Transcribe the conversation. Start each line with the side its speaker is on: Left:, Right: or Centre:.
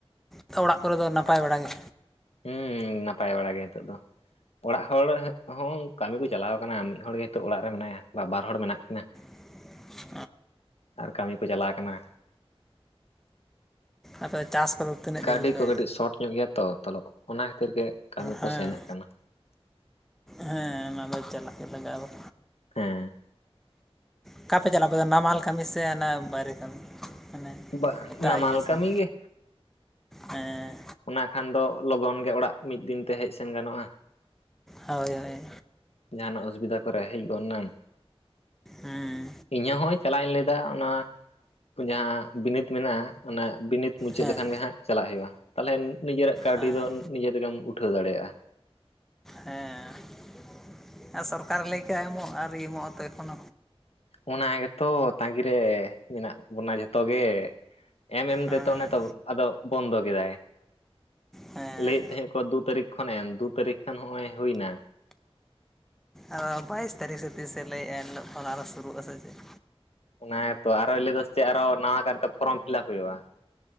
Centre: ᱛᱚ ᱚᱲᱟᱜ ᱠᱚᱨᱮ ᱫᱚ ᱱᱟᱯᱟᱭ ᱵᱟᱲᱟᱜᱮ
Left: ᱦᱮᱸ ᱱᱟᱯᱟᱭ ᱵᱟᱲᱟ ᱜᱮ ᱱᱤᱛᱚᱜ ᱫᱚ ᱚᱲᱟᱜ ᱦᱚᱲ ᱦᱚᱸ ᱠᱟᱹᱢᱤ ᱠᱚ ᱪᱟᱞᱟᱣ ᱠᱟᱱᱟ ᱢᱤᱫ ᱦᱚᱲᱜᱮ ᱱᱤᱛᱚᱜ ᱚᱲᱟᱜ ᱨᱮ ᱢᱮᱱᱟᱭᱟ ᱵᱟ ᱵᱟᱨ ᱦᱚᱲ ᱢᱮᱱᱟᱜ ᱠᱤᱱᱟᱹ
Centre: <inaudible>
Left: ᱟᱨ ᱠᱟᱹᱢᱤ ᱠᱚ ᱪᱟᱟᱞᱣ ᱠᱟᱱᱟ
Centre: ᱟᱯᱮ ᱫᱚ ᱪᱟᱥ ᱠᱚᱫᱚ ᱛᱤᱱᱟᱹᱜ
Left: ᱠᱟᱹᱣᱰᱤ
Centre: ᱡᱷᱟᱹᱞ ᱯᱮ
Left: ᱠᱚ ᱠᱟᱹᱴᱤᱡ ᱥᱚᱴ ᱧᱚᱜ ᱜᱮᱭᱟ ᱛᱚ ᱛᱚᱞᱚ ᱚᱱᱟ ᱠᱷᱟᱹᱛᱤᱨ ᱜᱮ ᱠᱟᱹᱢᱤ
Centre: ᱦᱮᱸ
Left: ᱠᱚ ᱥᱮᱱᱚᱜ ᱠᱟᱱᱟ
Centre: ᱦᱮᱸ ᱚᱱᱟ ᱫᱚ ᱪᱟᱞᱟᱜ ᱜᱮ ᱞᱟᱜᱟᱜ-ᱟ
Left: ᱦᱮᱸ
Centre: ᱚᱠᱟᱯᱮ ᱪᱟᱞᱟᱜ ᱟᱯᱮ ᱱᱟᱢᱟᱞ ᱠᱟᱹᱢᱤ ᱥᱮ ᱚᱱᱟ ᱵᱟᱭᱨᱮ ᱠᱟᱹᱢᱤ ᱢᱟᱱᱮ
Left: ᱵᱟ
Centre: ᱮᱴᱟᱜ
Left: ᱱᱟᱢᱟᱞ
Centre: ᱤᱭᱟᱹ ᱥᱮᱱ
Left: ᱠᱟᱢᱤ ᱜᱮ
Centre: ᱦᱮᱸ
Left: ᱚᱱᱟ ᱠᱷᱟᱱ ᱫᱚ ᱞᱚᱜᱚᱱ ᱜᱮ ᱚᱲᱟᱜ ᱢᱤᱫ ᱫᱤᱱᱛᱮ ᱦᱮᱡ ᱥᱮᱱ ᱜᱟᱱᱚᱜᱼᱟ
Centre: ᱦᱳᱭ ᱦᱳᱭ
Left: ᱡᱟᱦᱟᱱᱟᱜ ᱚᱥᱩᱵᱤᱫᱟ ᱠᱚᱨᱮ ᱦᱮᱡ ᱜᱚᱫ ᱱᱟᱢ
Centre: ᱦᱮᱸ
Left: ᱤᱧ ᱦᱚᱸ ᱦᱚᱸ ᱚᱭ ᱪᱟᱞᱟᱣᱤᱧ ᱞᱟᱹᱭᱫᱟ ᱚᱱᱟ ᱡᱟᱦᱟᱸ ᱵᱤᱱᱤᱰ ᱢᱮᱱᱟᱜᱼᱟ ᱚᱱᱟ ᱵᱤᱱᱤᱛ ᱢᱩᱪᱟᱹᱫ
Centre: ᱦᱮᱸ
Left: ᱞᱮᱠᱷᱟᱱ ᱜᱮ ᱦᱟᱸᱜ ᱪᱟᱞᱟᱜ ᱦᱩᱭᱩᱜᱼᱟ ᱛᱟᱦᱚᱞᱮ ᱱᱤᱡᱮᱨᱟᱜ ᱠᱟᱹᱣᱰᱤ
Centre: ᱦᱮᱸ
Left: ᱫᱚ ᱱᱤᱡᱮ ᱛᱮᱜᱮᱢ ᱩᱴᱷᱟᱹᱣ ᱫᱟᱲᱮᱭᱟᱜᱼᱟ
Centre: ᱦᱮᱸ ᱟᱨ ᱥᱚᱨᱠᱟᱨ ᱞᱟᱹᱭᱠᱟᱜ ᱮᱢᱚᱜ ᱟᱹᱨᱤ ᱮᱢᱚᱜ ᱟᱛᱮᱠᱷ ᱦᱚᱸ
Left: ᱚᱱᱟ ᱜᱮᱛᱚ ᱛᱟᱺᱜᱤᱮ ᱢᱮᱱᱟᱜ ᱵᱚᱱᱟ ᱡᱚᱛᱚ ᱛᱚᱜᱮ ᱮᱢ ᱮᱢ
Centre: ᱦᱮᱸ
Left: ᱛᱮᱛᱚ ᱚᱱᱮ ᱛᱚ ᱟᱫᱚ ᱵᱚᱱᱫᱚ ᱠᱮᱫᱟᱭ
Centre: ᱦᱮᱸ
Left: ᱞᱟᱹᱭᱮᱫ ᱛᱟᱦᱮᱸ ᱠᱚ ᱫᱩ ᱛᱟᱹᱨᱤᱠᱷ ᱠᱷᱚᱱ ᱮᱢ ᱫᱩ ᱛᱟᱹᱨᱤᱠᱷ ᱠᱷᱚᱱ ᱦᱚᱸᱜᱼᱚᱭ ᱦᱩᱭᱱᱟ
Centre: ᱟᱨ ᱵᱟᱭᱤᱥ ᱛᱟᱹᱨᱤᱠᱷ ᱨᱮ ᱛᱤᱥᱮ ᱞᱟᱹᱭᱮᱫᱼᱟ ᱮᱤᱞᱳᱜ ᱠᱷᱚᱱ ᱟᱨᱚ ᱥᱩᱨᱩᱜ ᱟᱥᱮ ᱪᱮᱫ
Left: ᱚᱱᱟ ᱛᱚ ᱟᱨᱚᱭᱭ ᱞᱟᱹᱭᱮᱫᱟ ᱪᱮᱫ ᱟᱨᱚ ᱱᱟᱣᱟ ᱠᱟᱨᱛᱮ ᱯᱷᱚᱨᱚᱢ ᱯᱷᱤᱞᱟᱯ ᱦᱩᱭᱩᱜᱼᱟ